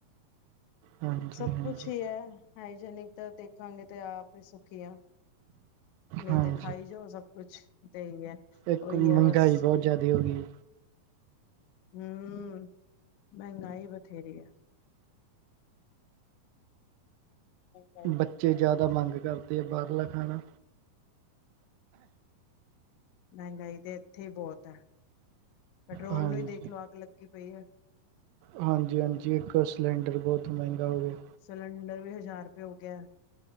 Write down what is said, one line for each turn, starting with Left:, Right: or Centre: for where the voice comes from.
Right: ਹਾਂਜੀ
Left: ਸਭ
Right: ਹਾਂਜੀ
Left: ਕੁਛ ਹੀ ਹੈ ਹਾਈਜੇਨਿਕ ਤਾਂ ਦੇਖਾਂਗੇ ਤੇ ਆਪ ਹੀ ਸੁਖੀ ਹੈ ਨਹੀਂ
Right: ਹਾਂਜੀ
Left: ਤੇ ਖਾਈ ਜੋ ਸਭ ਕੁਛ, ਤੇ ਹੀ ਹੈ
Right: ਇੱਕ
Left: ਉਹੀ
Right: ਮਹਿੰਗਾਈ
Left: ਹੈ ਬਸ
Right: ਬਹੁਤ ਜਿਆਦਾ ਹੋ ਗਈ
Left: ਹਮ, ਮਹਿੰਗਾਈ ਬਥੇਰੀ ਹੈ ਮਹਿੰਗਾਈ
Right: ਬੱਚੇ ਜ਼ਿਆਦਾ ਮੰਗ ਕਰਦੇ ਆ ਬਾਹਰਲਾ ਖਾਣਾ
Left: ਮਹਿੰਗਾਈ ਤੇ ਇੱਥੇ ਹੀ ਬਹੁਤ ਹੈ, ਪੈਟਰੋਲ
Right: ਹਾਂਜੀ
Left: ਨੂੰ ਹੀ ਦੇਖ ਲਓ ਅਗ ਲੱਗੀ ਪਈ ਹੈ
Right: ਹਾਂਜੀ- ਹਾਂਜੀ ਇੱਕ ਸਿਲੰਡਰ ਬਹੁਤ ਮਹਿੰਗਾ ਹੋ ਗਿਆ
Left: ਸਿਲੰਡਰ ਵੀ ਹਜ਼ਾਰ ਰੁਪਏ ਹੋ ਗਿਆ